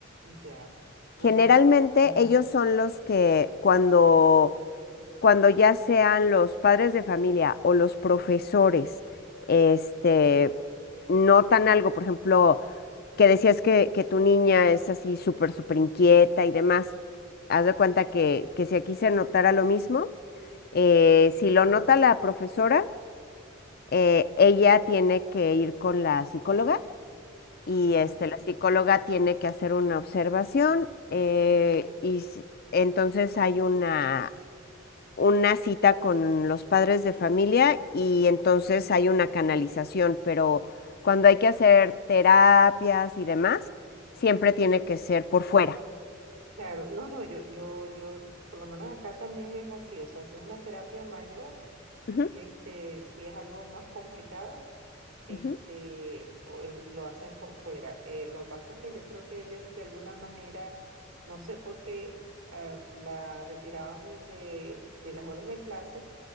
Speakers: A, on the right; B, on the left.
A: ya. Bueno,
B: Generalmente
A: ajá,
B: ellos son los que cuando cuando ya sean los padres de familia o los profesores, este, notan algo, por ejemplo, que decías que, que tu niña es así súper, súper inquieta y demás, haz de cuenta que, que si aquí se notara lo mismo, eh, si lo nota la profesora, eh, ella tiene que ir con la psicóloga y
A: ajá.
B: este, la psicóloga tiene que hacer una observación eh, y s- entonces hay una una cita con los padres de familia y entonces hay una canalización, pero cuando hay que hacer terapias y demás, siempre tiene que ser por fuera.
A: Claro, no, no, yo, yo, yo, por lo menos acá también es así, o sea, si es una terapia mayor,
B: Ujú,
A: este, si es algo más complicado, este,
B: ujú,
A: o es- lo hacen por fuera. Eh, lo que pasa es que yo creo que ellos de alguna manera, no sé por qué, ah, la retiraban de, de las horas de clase